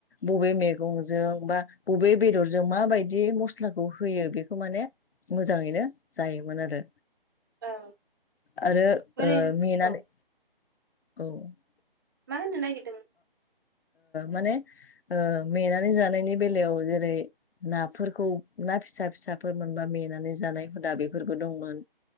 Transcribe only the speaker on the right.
औ
ओरैनो
औ
मा न <inaudible>